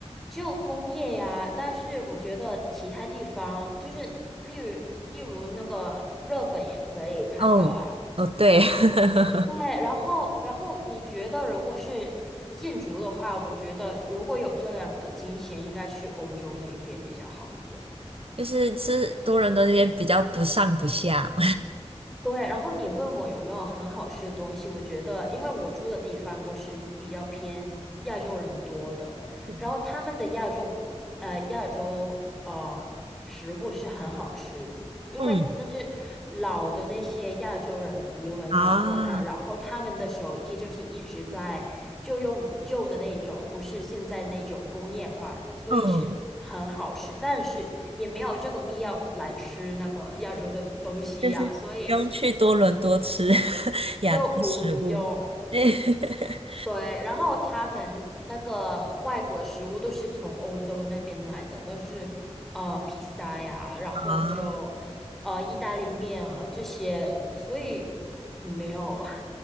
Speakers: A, in the centre; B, on the right.
A: 就枫叶呀，但是我觉得其他地方，就是例如例如那个日本也可以看到啊。
B: 哦哦，对，<laughs>
A: 对，然后，然后你觉得如果是建筑的话，我觉得如果有这样的金钱，应该去欧洲那边比较好一点。
B: 就是吃多伦多这边比较不上不下
A: 对，然后你问我有没有很好吃的东西，我觉得，因为我住的地方都是比较偏亚洲人多的，
B: <laughs>
A: 然后他们的亚洲，呃，亚洲呃食物是很好吃，因为那是老的那些亚洲人移民了过来，
B: 嗯啊，
A: 然后他们的手艺就是一直在就用旧的那种，不是现在那种工业化的，所以是很好吃，
B: 嗯，
A: 但是也没有这个必要来吃那个亚洲的东西呀、
B: 就是不用去多伦多吃
A: 所以。
B: <laughs> 亚洲食物。
A: 就不用。
B: 对 <laughs>
A: 对，然后他们那个外国食物都是从欧洲那边来的，都是呃披萨呀，然后就呃意大利面啊这些，
B: 啊，
A: 所以没有